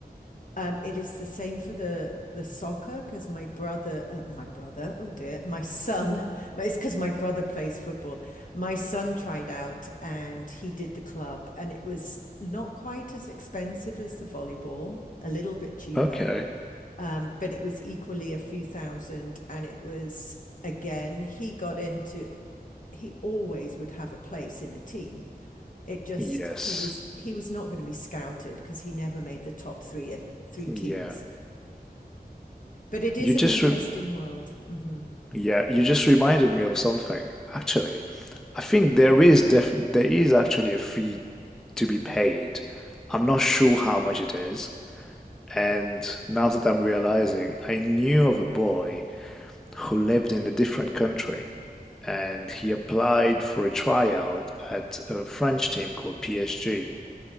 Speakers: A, on the left; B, in the centre.
A: Um, it is the same for the the soccer because my brother, uh, my brother, oh dear, my son. <laughs> It's because my brother plays football. My son tried out and he did the club, and it was not quite as expensive as the volleyball, a little bit cheaper,
B: Okay.
A: um, but it was equally a few thousand, and it was again, he got into, he always would have a place in a team. It just
B: Yes.
A: he was he was not going to be scouted because he never made the top three uh, three
B: Yeah.
A: teams. But it is
B: You
A: an
B: just
A: interesting
B: re
A: world. hmm
B: yeah, you just reminded me of something. Actually, I think there is def there is actually a fee to be paid. I'm not sure how much it is. And now that I'm realizing, I knew of a boy who lived in a different country and he applied for a tryout at a French team called PSG